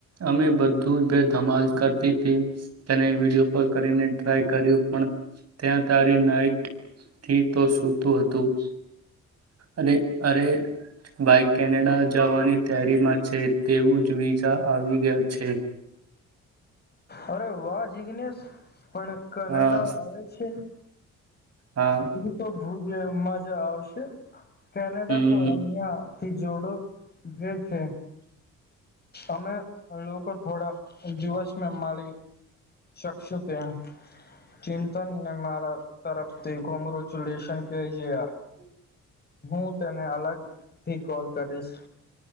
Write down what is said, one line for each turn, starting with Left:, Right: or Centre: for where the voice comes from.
Right: અમે બધું બે ધમાલ કરતી તેને વિડીયો કોલ કરીને ટ્રાય કર્યું પણ ત્યા તારી નાઈટ થી તો સૂતું હતું અરે અરે ભાઈક કેનેડા જવાની તૈયારીમાં છે તેવું જ વિઝા આવી ગયા છે
Left: અરે વાહ જીગ્નેનેશ પણ કનાડા
Right: હા
Left: આવે છે
Right: હા
Left: એ તો ભુજમાં જ આવશે કેનેડા
Right: હમ
Left: તો અહીયા થી જોડો જે છે અમે લોકો થોડા દિવસમાં મળી શકશો ત્યા ચિંતનને મારા તરફથી કોંગ્રચ્યુલેશન કેજે
Right: <inaudible>
Left: હું તેને અલગ થી કોલ કરીશ